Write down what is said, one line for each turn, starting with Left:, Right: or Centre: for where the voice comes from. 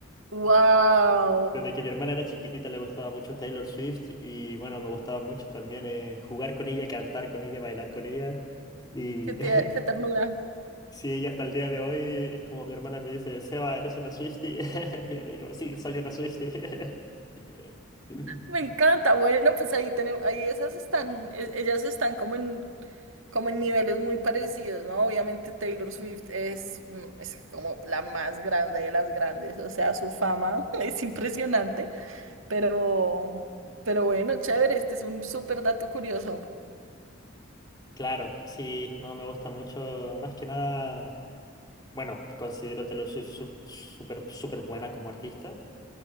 Right: Wow.
Left: Desde que mi hermana era chiquitita le gustaba mucho Taylor Swift y bueno, me gustaba mucho también eh, jugar con ella, cantar con ella, bailar con ella. Y
Right: ¡Qué, te-
Left: <laughs>
Right: qué ternura!
Left: sí, ella hasta el día de hoy es como mi hermana me dice, Seba, ¿eres una Swiftie? <laughs> Y yo le digo, sí, soy una Swiftie. <laughs>
Right: Me encanta. Bueno, pues ahí tenemos, ahí esas están, e- ellas están como en, como en niveles muy parecidos, ¿no? Obviamente Taylor Swift es, mm, es como la más grande de las grandes, o sea, su fama <laughs> es impresionante, pero, pero bueno, chévere, este es un súper dato curioso.
Left: Claro, sí, no me gusta mucho. Más que nada, bueno, considero Taylor Swift su- súper súper buena como artista.